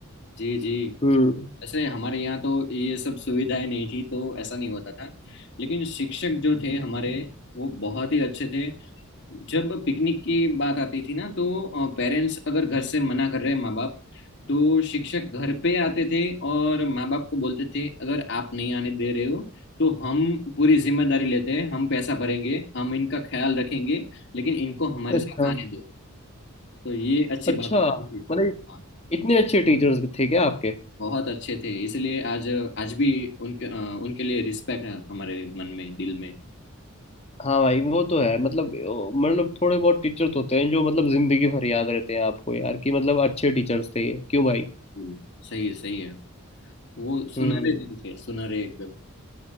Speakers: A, on the left (about 50°); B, on the left (about 30°).
A: जी जी
B: हम्म
A: वैसे हमारे यहाँ तो ये सब सुविधाएं नहीं थी तो ऐसा नहीं होता था लेकिन शिक्षक जो थे हमारे वो बहुत ही अच्छे थे जब पिकनिक की बात आती थी ना तो पेरेंट्स अगर घर से मना कर रहे हैं माँ बाप तो शिक्षक घर पे आते थे और माँ बाप को बोलते थे अगर आप नहीं आने दे रहे हो तो हम पूरी जिम्मेदारी लेते हैं हम पैसा भरेंगे हम इनका ख्याल रखेंगे लेकिन इनको हमारे
B: अच्छा
A: साथ आने दो तो ये अच्छी
B: अच्छा
A: बात होती थी
B: मतलब
A: हाँ
B: इतने अच्छे टीचर्स थे क्या आपके
A: बहुत अच्छे थे इसलिए आज आज भी उनके अ, उनके लिए रिस्पेक्ट है हमारे मन में दिल में
B: हाँ भाई वो तो है मतलब ओ, मतलब थोड़े बहुत टीचर्स होते हैं जो मतलब जिंदगी भर याद रहते हैं आपको यार कि मतलब अच्छे टीचर्स थे ये क्यों भाई
A: हम्म, सही है, सही है वो सुनहरे
B: हम्म
A: दिन थे सुनहरे एकदम